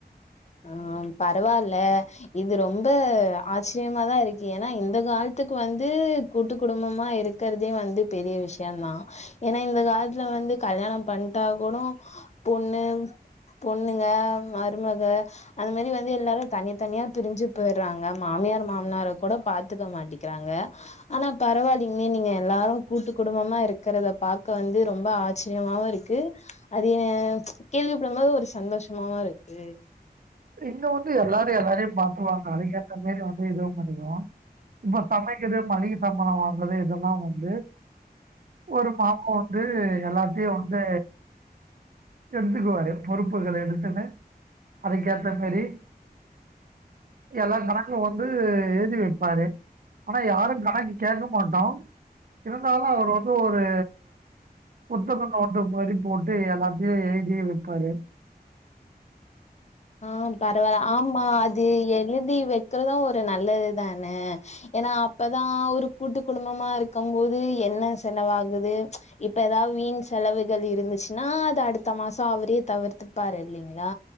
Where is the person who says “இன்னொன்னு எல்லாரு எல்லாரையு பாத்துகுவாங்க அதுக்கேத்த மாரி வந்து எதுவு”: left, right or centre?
Right